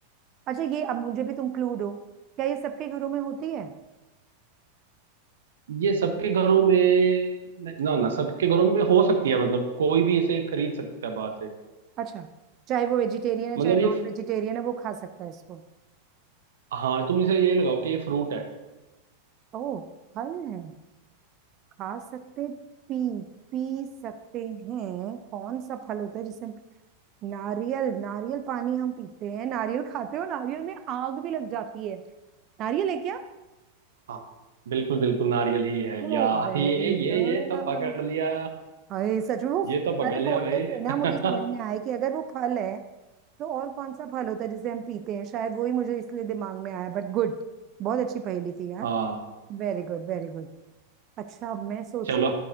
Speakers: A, on the right (about 35°); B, on the right (about 60°).
A: अच्छा ये अब मुझे भी तुम क्लू दो क्या ये सबके घरों में होती है
B: ये सबके घरों में ना ना सबके घरों में हो सकती है मतलब कोई भी इसे खरीद सकता है बाहर से
A: अच्छा चाहे वो वेजिटेरियन है
B: मतलब
A: चाहे नॉन
B: ये
A: वेजिटेरियन है वो खा सकता है इसको
B: हाँ तुम इसे ये लगाओ कि ये फ्रूट है
A: ओ फल है खा सकते पी पी सकते हैं कौन सा फल होता है जिसे हम नारियल नारियल पानी हम पीते हैं नारियल खाते हो नारियल में आग भी लग जाती है नारियल है क्या
B: हाँ बिल्कुल बिल्कुल नारियल ही है
A: ओ
B: या
A: वेरी
B: ये ये
A: गुड
B: ये तो पकड़ लिया
A: हाय सच में वो
B: ये तो पकड़
A: फल
B: लिया
A: बोलने
B: भाई
A: से ना
B: <laughs>
A: मुझे समझ में आया कि अगर वो फल है तो और कौन सा फल होता है जिसे हम पीते हैं शायद वही मुझे इसलिए दिमाग में आया बट गुड बहुत अच्छी पहेली थी यार
B: हाँ
A: Very good very good अच्छा अब मैं सोचूं
B: चलो